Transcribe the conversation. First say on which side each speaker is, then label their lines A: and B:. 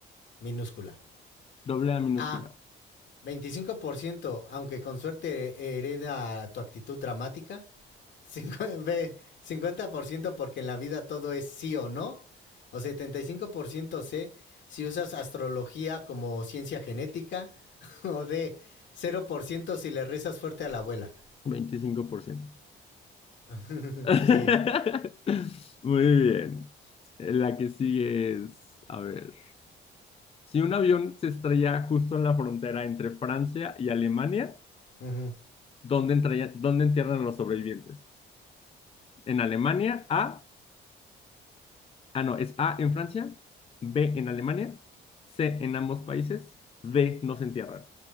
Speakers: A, on the left; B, on the left.
A: minúscula?
B: doble A minúscula,
A: A, 25%, aunque con suerte eh, hereda tu actitud dramática. <laughs> cincuenta por ciento porque en la vida todo es sí o no. O 75% C si usas astrología como ciencia genética. <laughs> O D cero por ciento si le rezas fuerte a la abuela.
B: veinticinco por ciento.
A: <laughs>
B: <laughs>
A: Sí.
B: Muy bien. La que sigue es, a ver, si un avión se estrella justo en la frontera entre Francia y Alemania,
A: ujú.
B: ¿dónde, entra- dónde entierran a los sobrevivientes? En Alemania, A, ah, no, es A en Francia, B en Alemania, C en ambos países, D no se entierran.